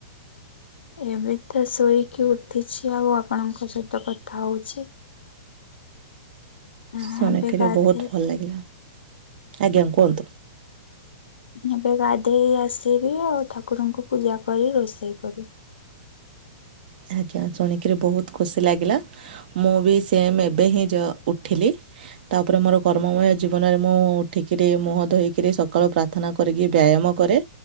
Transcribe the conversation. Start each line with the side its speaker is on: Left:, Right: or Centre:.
Left: ଏବେ ତ ଶୋଇକି ଉଠିଛି ଆଉ, ଆପଣଙ୍କ ସହିତ କଥା ହଉଛି ହଁ
Right: ଶୁଣକ
Left: ଏବେ ଗାଧେଇ
Right: ବହୁତ ଭଲ ଲାଗିଲା, ଆଜ୍ଞା କୁହନ୍ତୁ
Left: ଏବେ ଗାଧେଇ ଆସିବି ଆଉ ଠାକୁରଙ୍କୁ ପୂଜା କରି ରୋଷେଇ କରିବି।
Right: ଆଜ୍ଞା, ଶୁଣିକିରି ବହୁତ ଖୁସି ଲାଗିଲା। ମୁଁ ବି ସେମ୍ ଏବେ ହିଁ ଯ ଉଠିଲି। ତାପରେ ମୋର କର୍ମମୟ ଜୀବନରେ ମୁଁ ଉଠିକିରି ମୁହ ଧୋଇକିରି ସକାଳୁ ପ୍ରା ପ୍ରାର୍ଥନା କରିକି ବ୍ୟାୟାମ କରେ,